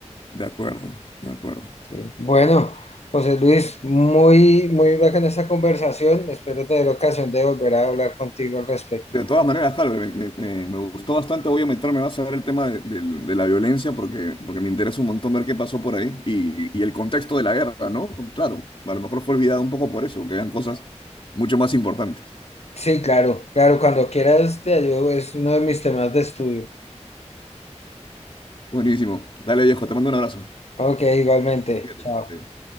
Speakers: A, on the left; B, on the left.
A: de acuerdo, de acuerdo.
B: Sí. Bueno, José Luis, muy, muy bacana esta conversación. Espero tener ocasión de volver a hablar contigo al respecto.
A: De todas maneras, claro, me, me- me- me gustó bastante. Voy a meterme más a ver el tema de, del- de la violencia porque, porque me interesa un montón ver qué pasó por ahí y, y el contexto de la guerra, ¿no? Con- Claro, a lo mejor fue olvidado un poco por eso, que eran cosas mucho más importantes.
B: Sí, claro, claro, cuando quieras te ayudo, es uno de mis temas de estudio.
A: Buenísimo. Dale, viejo, te mando un abrazo.
B: Ok, igualmente.
A: Cuídate.
B: Chao.
A: Adiós.